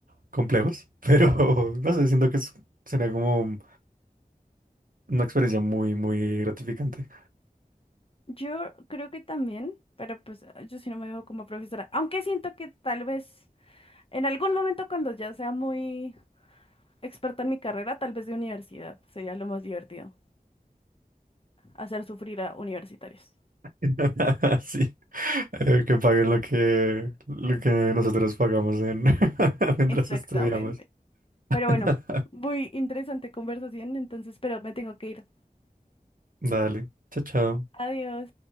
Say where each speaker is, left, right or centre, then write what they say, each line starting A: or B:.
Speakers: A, on the right; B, on the left.
A: complejos, pero <laughs> no sé, siento que es- sería como una experiencia muy, muy gratificante.
B: Yo creo que también, pero pues ah, yo sí no me veo como profesora, aunque siento que tal vez en algún momento cuando ya sea muy experta en mi carrera, tal vez de universidad, sería lo más divertido, hacer sufrir a universitarios.
A: <laughs> Sí, eh, que paguen lo que, lo que nosotros pagamos en <laughs> mientras
B: Exactamente.
A: estudiamos.
B: Pero
A: <laughs>
B: bueno, muy interesante conversación, entonces, pero me tengo que ir.
A: Dale, chao, chao.
B: Adiós.